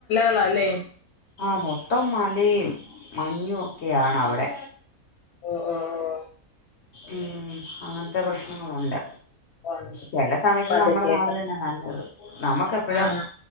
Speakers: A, on the left; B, on the left.
A: <unintelligible> ഇല്ലേ
B: ആഹ് മൊത്തം മലയും മഞ്ഞും ഒക്കെയാണവിടെ
A: ഓഹ് ഓഹ്
B: ഉം അങ്ങനത്തെ പ്രശ്നങ്ങളുണ്ട്
A: ഉണ്ട്
B: ചെല സമയത്ത്
A: പതുക്കെയൊക്കെ
B: നമ്മുടെ നാട് തന്നെ നല്ലത് നമ്മുക്കെപ്പഴും
A: ആഹ്